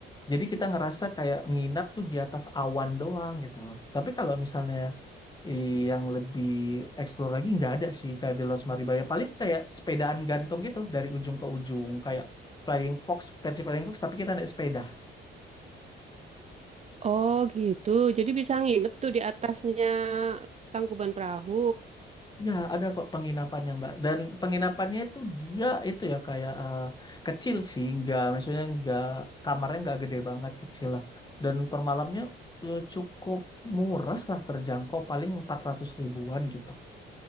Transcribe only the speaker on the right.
Oh gitu, jadi bisa nginep tuh di atasnya Tangkuban Perahu.